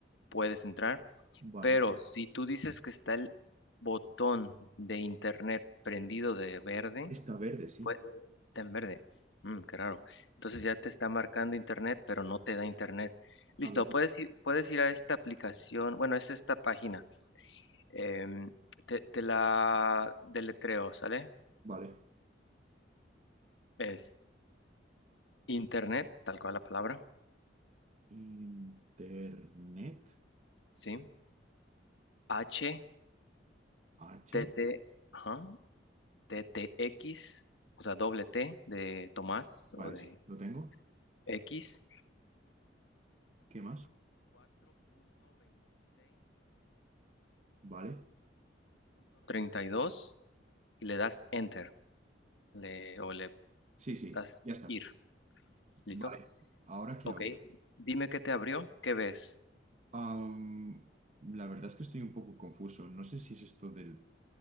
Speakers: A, on the left; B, on the right.
A: puedes entrar,
B: Vale.
A: pero si tú dices que está el botón de internet prendido de verde,
B: Está verde, sí.
A: pues está en verde. Mm, qué raro. Entonces ya te está marcando internet, pero no te da internet. Listo,
B: A ver,
A: puedes ir, puedes ir a esta aplicación, bueno, es esta página. em, te, te la deletreo, ¿sale?
B: vale.
A: Es internet, tal cual la palabra,
B: Internet
A: ¿sí? H,
B: H.
A: T, T, ajá, T, T, X, o sea, doble T de Tomás
B: Vale,
A: o de
B: sí, lo tengo.
A: X,
B: ¿Qué más? Vale.
A: 24.26.32 y le das enter, le, o le
B: Sí, sí,
A: das
B: ya está.
A: ir, ¿listo?
B: Vale. ¿Ahora qué
A: Ok,
B: hago?
A: dime qué te abrió, qué ves.
B: Am, la verdad es que estoy un poco confuso. No sé si es esto del